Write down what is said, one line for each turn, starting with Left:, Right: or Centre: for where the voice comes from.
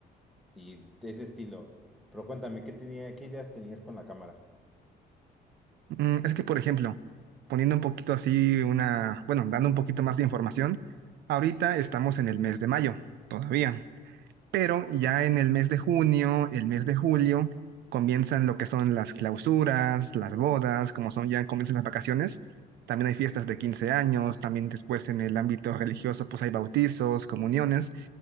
Centre: y de ese estilo. Pero cuéntame, ¿qué tenía, qué ideas tenías con la cámara?
Right: Mm, es que, por ejemplo, poniendo un poquito así una, bueno, dando un poquito más de información, ahorita estamos en el mes de mayo todavía, pero ya en el mes de junio, el mes de julio, comienzan lo que son las clausuras, las bodas, como son ya comienzan las vacaciones. También hay fiestas de 15 años, también después en el ámbito religioso, pues hay bautizos, comuniones.